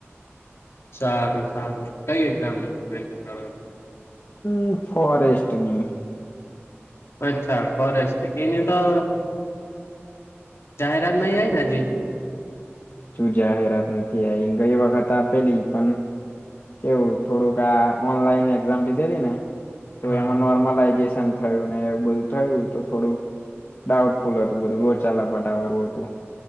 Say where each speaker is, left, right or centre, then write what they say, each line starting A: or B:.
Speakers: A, on the left; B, on the left.
A: સારું- સારું, કઈ એક્ઝામની પ્રિપ્રરેશન કરો છો?
B: હમ, ફોરેસ્ટની
A: અચ્છા ફોરેસ્ટ એની તો જાહેરાત નહીં આવી ને હજી?
B: તું જાહેરાત નથી આવી ગઈ વખત આપેલી પણ કેવું થોડુંક આ ઓનલાઈન એકઝામ લીધેલી ને તો
A: હા
B: એમાં નોર્મલાઈઝેશન? થયું ને, એવું બધું થયું તો થોડુંક ડાઉટફુલ હતું. બધું લોચા લપાટા વાળું હતું.